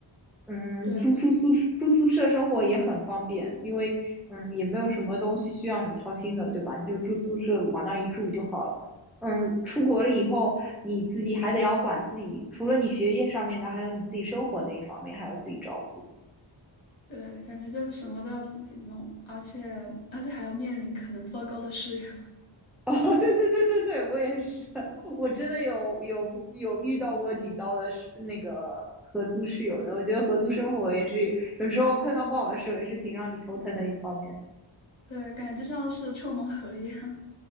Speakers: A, in the centre; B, on the left.
A: 嗯，
B: 对
A: 住住宿住宿舍生活也很方便，因为嗯也没有什么东西需要你操心的，对吧？你就住宿舍往那儿一住就好了。嗯，出国了以后，你自己还得要管自己，除了你学业上面的，还有你自己生活那一方面，还要自己照顾。
B: 对，感觉就是什么都要自己弄，而且而且还要面临可能糟糕的室友，<laughs>
A: 哦，<laughs> 对对对对对，我也是，<laughs> 我真的有有有遇到过挺糟的室，那个合租室友的。我觉得合租生活也是有时候碰到不好的时候，也是挺让你头疼的一方面。
B: 对，感觉就像是抽盲盒一样。